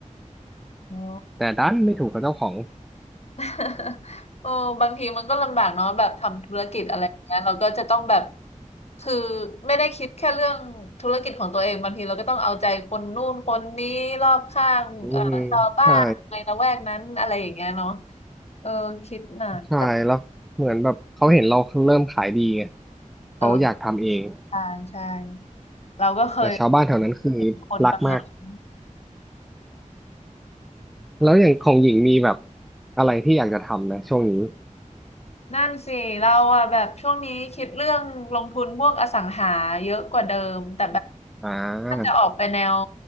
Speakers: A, on the left; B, in the centre.
A: อ๋อ
B: แต่ดันไม่ถูกกับเจ้าของ
A: <laughs> เออบางทีมันก็ลำบากเนาะแบบทำธุรกิจอะไรอย่างเงี้ยเราก็จะต้องแบบ คือไม่ได้คิดแค่เรื่องธุรกิจของตัวเองบางทีเราก็ต้องเอาใจคนนู่นคนนี้รอบข้างเอ่อชาวบ้านในละแวกนั้นอะไรอย่างเงี้ยเนาะ
B: อืมใช่
A: เออคิดหนักแต่
B: ใช่แล้วเหมือนแบบเขาเห็นเราเริ่มขายดีไงเขาอยากทำเอง
A: เออใช่ใช่เราก็เคย
B: แต่ชาวบ้านแถวนั้นคือรักมาก
A: เห็นคนประมาณนั้น
B: แล้วอย่างของหญิงมีแบบอะไรที่อยากจะทำนะช่วงนี้
A: นั่นสิเราอะแบบช่วงนี้คิดเรื่องลงทุนพวกอสังหาเยอะกว่าเดิมแต่แบบ
B: อ่า
A: ถ้าจะออกไปแนว